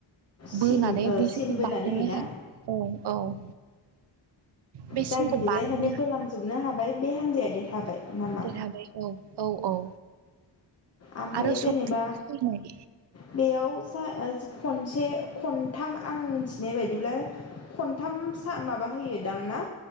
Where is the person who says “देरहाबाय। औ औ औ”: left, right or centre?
Right